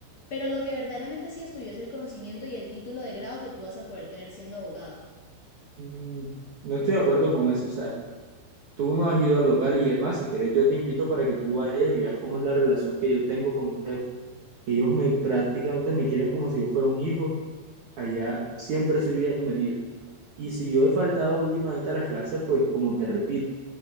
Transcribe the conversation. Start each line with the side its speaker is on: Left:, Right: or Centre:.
Left: pero lo que verdaderamente sí es tuyo es el conocimiento y el título de grado que tú vas a poder tener siendo abogado.
Right: Mm, No estoy de acuerdo con eso, o sea, tú no has ido al local y es más, si quieres yo te invito para que tú vayas y veas cómo es la relación que yo tengo con mi jefe. Ellos me prácticamente me quieren como si yo fuera un hijo, allá siempre soy bienvenido. Y si yo he faltado últimamente a las clases, pues como te repito,